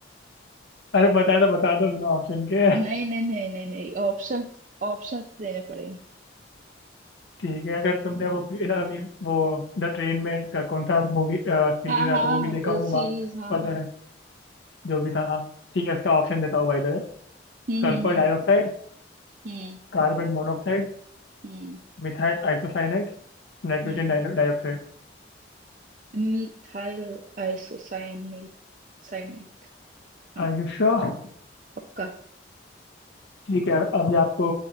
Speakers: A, on the left; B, on the right.
A: अरे पता है तो बता दो बिना ऑप्शन के
B: नहीं नहीं नहीं नहीं नहीं ऑप्शंस ऑप्शंस देने पड़ेंगे
A: ठीक है अगर तुमने वो भी- ना अभी वो द ट्रेन में का कौन सा मूवी सीरीज
B: हाँ
A: आया
B: हाँ
A: था वो भी देखा होगा
B: सीरीज हाँ
A: पता
B: हाँ
A: है जो भी था हाँ ठीक है इसका ऑप्शन देता हूँ by the way
B: हम्म
A: Sulphur
B: हम्म
A: dioxide
B: हम्म
A: carbon monoxide
B: हम्म
A: methyl isocyanide nitrogen
B: हम्म
A: dioxide
B: हम्म। मिथाइल आइसोसाइनेट साइनेट हाँ
A: I you sure
B: पक्का
A: ठीक है अब ये आपको